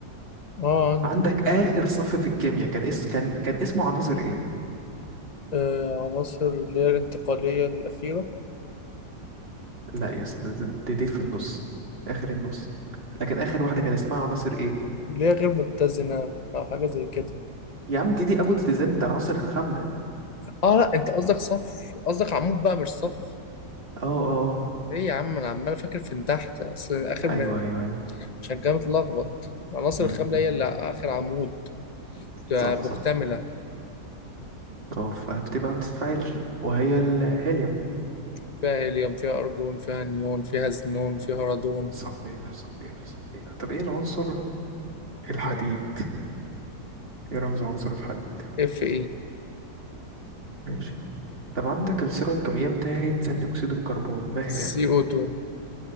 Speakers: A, on the left (about 45°); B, on the right (about 35°).
A: اه عندي
B: عندك آخر صف في الكيمياء كان اس كان كان اسمه عناصر إيه
A: آه، عناصر اللي هي الانتقالية الأخيرة
B: لا يا اسطى ده- ده- دي دي في النص آخر النص لكن آخر واحدة كان اسمها عناصر إيه
A: اللي هي غير متزنة أو حاجة زي كده
B: يا عم دي دي أبو تلزان ده العناصر الخاملة
A: اه لا انت قصدك صف قصدك عمود بقى مش صف
B: اه اه آه.
A: ايه يا عم انا عمال فاكر في من تحت اصل اخر م...
B: ايوه ايوه ايوه
A: عشان كده متلخبط العناصر
B: امم
A: الخاملة هي اللي اخر عمود
B: صح
A: آه، مكتملة
B: صح اه فبتبقى ما بتتفاعلش وهي الهيليوم
A: فيها هيليوم فيها ارجون فيها نيون فيها زنون
B: مم.
A: فيها رادون
B: صحيح صحيح صحيح طب ايه العنصر الحديد
A: مم.
B: ايه رمز عنصر الحديد
A: اف ايه
B: ماشي طب عندك الصيغة الكيميائية بتاعت ثاني أكسيد الكربون ما هي؟
A: سي او 2